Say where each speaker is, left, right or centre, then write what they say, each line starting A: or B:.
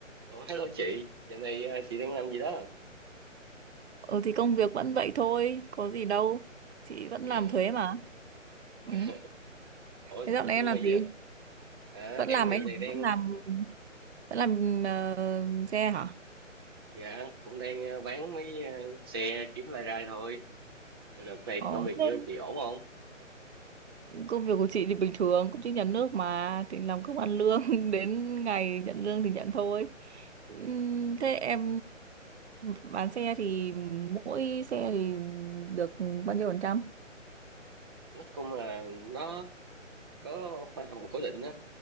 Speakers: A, on the right; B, on the right.
A: Ủa, hello chị, giờ này à, chị đang làm gì đó?
B: Ừ thì công việc vẫn vậy thôi, có gì đâu. Chị vẫn
A: Dạ.
B: làm thuế mà. Ừ.
A: <laughs> Ủa,
B: Thế dạo này
A: nhưng
B: em làm
A: mà giờ
B: gì?
A: à,
B: Vẫn
A: em
B: làm
A: giờ
B: ấy hả?
A: này đang,
B: Vẫn làm vẫn làm ờ, xe hả?
A: dạ, cũng đang à, bán mấy à, xe kiếm lai rai thôi. Rồi Đợt này
B: Ờ.
A: công việc
B: Thế
A: chị chị ổn không?
B: Công việc của chị thì bình thường, công chức nhà nước mà thì làm công ăn lương <laughs> đến ngày nhận lương thì nhận thôi. Ừm, Thế em bán xe thì mỗi xe thì được bao nhiêu phần trăm?
A: Nó cũng là nó có hoa hồng cố định á,